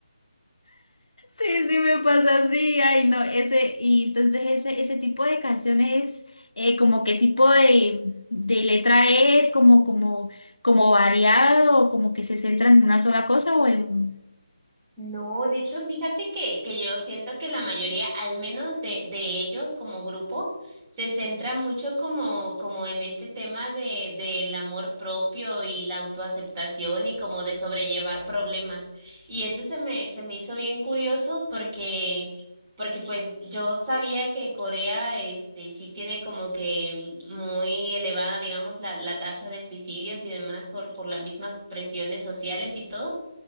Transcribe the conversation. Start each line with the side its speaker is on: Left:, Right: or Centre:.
Left: Sí, sí, me pasa así, ay, no, ese, y entonces ese, ese tipo de canciones, eh, como qué tipo de, de letra es, como, como, como variado, o como que se centran en una sola cosa o en...
Right: No, de hecho, fíjate que, que yo siento que la mayoría, al menos de, de ellos como grupo, se centra mucho como, como en este tema de, del amor propio y la autoaceptación y como de sobrellevar problemas. Y eso se me, se me hizo bien curioso porque, porque pues yo sabía que Corea, este, sí tiene como que muy elevada, digamos, la, la tasa de suicidios y demás por, por las mismas presiones sociales y todo.